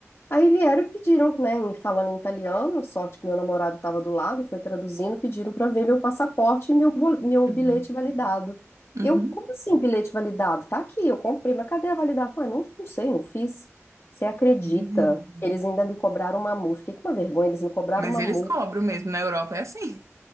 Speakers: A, on the left; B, on the right.
A: Aí vieram e pediram, né, em- falando em italiano, sorte que meu namorado estava do lado e foi traduzindo, pediram para ver meu passaporte e meu, bol- meu
B: Uhum.
A: bilhete validado.
B: Uhum.
A: Eu, como assim bilhete validado? Tá aqui, eu comprei, mas cadê a validação? Ué, não, não sei, não fiz. Você acredita?
B: Uhum.
A: Eles ainda me cobraram uma multa. Fiquei com uma vergonha, eles me cobraram
B: Mas
A: uma
B: eles
A: multa.
B: cobram mesmo, na Europa é assim.